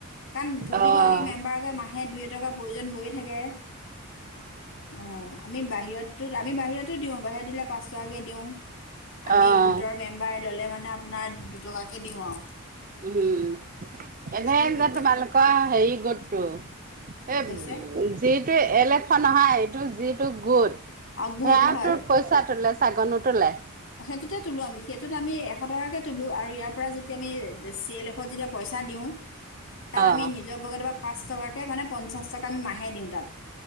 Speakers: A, on the left (about 60°); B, on the right (about 40°).
A: কাৰণ প্ৰতিগৰাকী
B: অ',
A: মেম্বাৰ। মাহে দুই-এটকা প্ৰয়োজন হৈয়ে থাকে অ আমি বাহিৰত। তো আমি বাহিৰতো দিওঁ বাহিৰত দিলে পাঁচ টকাকে দিওঁ আমি
B: অ',
A: গোটৰ। মেম্বাৰে ল'লে মানে আপোনাৰ দুটকাকে দিওঁ আৰু।
B: উম উম
A: তেনেকৈয়ে
B: এই
A: দিওঁ
B: যে তোমালোকৰ
A: আৰু
B: হেৰি গোটটো।
A: কি
B: এই
A: কৈছে
B: যিটো এল এফ নহয় এইটো যিটো গোট।
A: অ গুড
B: সেয়াতো
A: হয়
B: পইচা তোলে চাগে নোতোলে।
A: সেইটোতে তোলো আমি সেইটোত আমি এশ টকাকে তোলো আৰু ইয়াৰ পৰা। তেতিয়া আমি চি এল এফত যেতিয়া পইচা দিওঁ তাত
B: অ',
A: আমি নিজৰ পকেটৰ পৰা পাঁচ টকাকে মানে পঞ্চাছ টকা আমি মাহে দিওঁ তাত